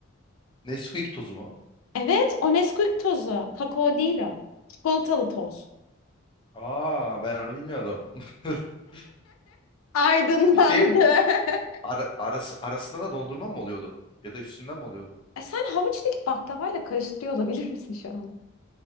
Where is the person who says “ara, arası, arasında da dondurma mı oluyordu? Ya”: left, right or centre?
Left